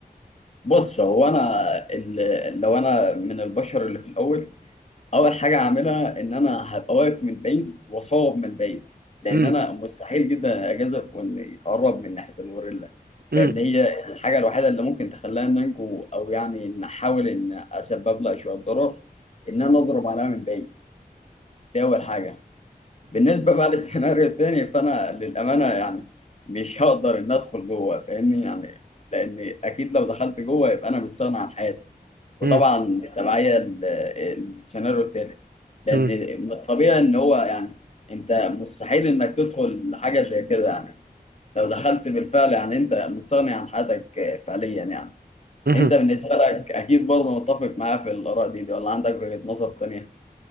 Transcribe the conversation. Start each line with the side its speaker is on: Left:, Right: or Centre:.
Left: بص هو انا ال- لو انا من البشر اللي في الاول اول حاجه هعملها ان انا هبقى واقف من بعيد واصوب من بعيد لان
Right: امم
Left: انا مستحيل جدا اجازف واني اقرب من ناحيه الغوريلا
Right: امم
Left: لان هي الحاجه الوحيده اللي ممكن تخليها إن انجو او يعني ان احاول ان اسبب لها شويه ضرر ان انا اضرب عليها من بعيد دي اول حاجه بالنسبه بقى <laughs> للسيناريو التاني فانا للامانه يعني مش هقدر ان ادخل جوه فاهمني يعني لان اكيد لو دخلت جوه يبقى انا مستغني عن حياتي وطبعا
Right: امم
Left: التبعية ال- السيناريو التالت لأن
Right: امم
Left: من الطبيعي إن هو يعني أنت مستحيل إنك تدخل حاجة زي كده يعني لو دخلت بالفعل يعني أنت مستغني عن حياتك فعليا يعني
Right: امم.
Left: أنت بالنسبة لك أكيد برضه متفق معايا في الآراء دي, دي ولا عندك وجهة نظر تانية